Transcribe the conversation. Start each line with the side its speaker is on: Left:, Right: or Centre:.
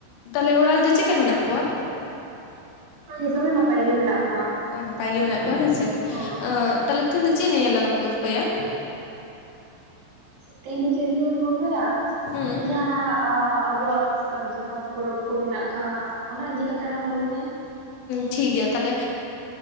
Left: ᱛᱟᱦᱚᱞᱮ ᱚᱲᱟᱜ ᱨᱮᱫᱚ ᱪᱮᱫᱠᱟ ᱢᱮᱱᱟᱜ ᱠᱚᱣᱟ?
Right: ᱡᱚᱛᱚ ᱦᱚᱲ ᱱᱟᱯᱟᱭ ᱜᱮ ᱢᱮᱱᱟᱜ ᱾
Left: ᱚ ᱱᱟᱯᱟᱭ ᱜᱮ ᱢᱮᱱᱟᱜ ᱠᱚᱣᱟ ᱦᱮᱸᱥᱮ
Right: ᱦᱳᱭ
Left: ᱾ ᱛᱟᱦᱞᱮ ᱛᱮᱦᱮᱧ ᱫᱚ ᱪᱮᱫ ᱱᱤᱭᱮ ᱞᱟᱝ ᱜᱚᱞᱯᱷᱚᱭᱟ?
Right: ᱛᱮᱦᱤᱧ ᱫᱚ ᱪᱮᱫ ᱱᱤᱭᱮ ᱞᱟᱝ ᱜᱚᱞᱯᱷᱚᱭᱟ
Left: ᱦᱩᱸ
Right: ᱡᱟᱦᱟᱱᱟᱜ ᱟᱵᱚᱣᱟᱜ ᱟᱨ ᱡᱟᱦᱟᱸ ᱯᱚᱨᱚᱵᱽ ᱠᱚ ᱢᱮᱱᱟᱜ ᱟᱠᱟᱫ ᱚᱱᱟ ᱤᱫᱤ ᱠᱟᱛᱮ ᱞᱟᱝ ᱜᱚᱞᱯᱷᱚᱭᱟ ᱾
Left: ᱴᱷᱤᱠ ᱜᱮᱭᱟ ᱛᱟᱦᱚᱞᱮ